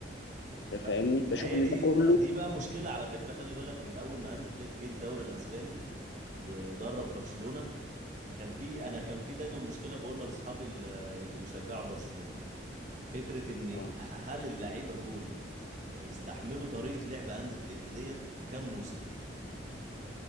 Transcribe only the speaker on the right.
ما,
ما
هي
دي
دي بقى مشكلة على فكرة خلي بالك من اول ما هانز فليك جه الدوري الاسباني ودرب برشلونة كان في انا كان في دايما مشكلة بقولها لاصحابي اللي اللي بيشجعوا برشلونة فكرة ان
هل اللعيبة دول هيستحملوا طريقة لعب هانز فليك ديت كام موسم